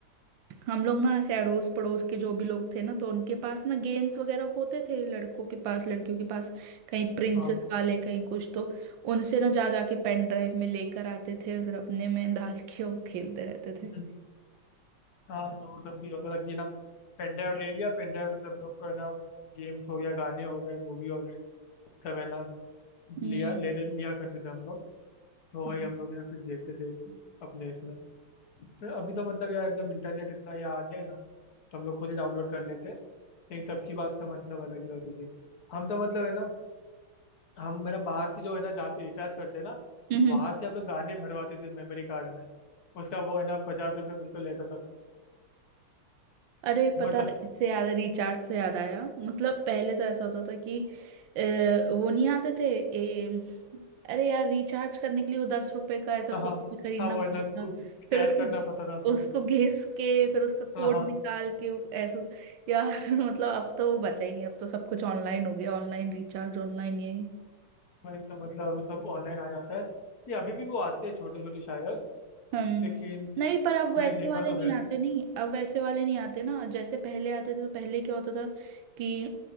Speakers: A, on the right; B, on the left.
A: हम लोग ना ऐसे अड़ोस पड़ोस के जो भी लोग थे ना तो उनके पास ना गेम्स वगैरह होते थे लड़कों के पास लड़कियों के पास कहीं प्रिंसेस
B: हाँ
A: वाले कहीं कुछ तो उनसे ना जा जाके पेन ड्राइव में लेकर आते थे फिर अपने में डाल के वो खेलते रहते थे
B: हम्म। हाँ तो वो सब भी होता था कि ना पेन ड्राइव ले लिया पेन ड्राइव से सब लोग को है ना गेम्स हो गया गाने हो गए मूवी हो गए सब है ना लिया
A: हम्म
B: लेते लिया करते थे हम लोग तो
A: हाँ।
B: वही हम लोग है ना फिर देखते थे अपने इसमें तो अभी तो मतलब यार एकदम इंटरनेट इतना ये आ गया है ना तो हम लोग खुद ही डाउनलोड कर लेते हैं लेकिन तब की बात तो मतलब अलग ही होती थी हम तो मतलब है ना हम है ना बाहर से जो है ना जहाँ पे रिचार्ज करते हैं ना
A: हम्म
B: वहां से हम लोग गाने भरवाते थे मेमोरी कार्ड में उसका वो है ना पचास रुपये कुछ तो लेता था
A: अरे
B: मतलब
A: पता है, इससे याद रिचार्ज से याद आया मतलब पहले तो ऐसा होता था कि अ, वो नहीं आते थे ए, अरे यार रिचार्ज करने के लिए वो दस रुपए का ऐसा
B: हाँ
A: कुछ
B: हाँ
A: भी खरीदना
B: हाँ, वो
A: पड़ता
B: है ना स्क्रैच
A: था फिर उसको
B: करना पड़ता था उसका
A: उसको घिस के फिर उसका कोड
B: हाँ हाँ
A: निकाल के वो ऐसा यार <laughs> मतलब अब तो वो बचा ही नहीं अब तो सब कुछ ऑनलाइन हो गया ऑनलाइन रिचार्ज ऑनलाइन ये
B: वही तो मतलब सब ऑनलाइन आ जाता है ये अभी भी वो आते हैं छोटे छोटे शायद
A: हम्म
B: लेकिन
A: नहीं पर अब वैसे
B: मैं देखा
A: वाले
B: तो
A: नहीं
B: है
A: आते नहीं अब वैसे वाले नहीं आते ना जैसे पहले आते थे तो पहले क्या होता था कि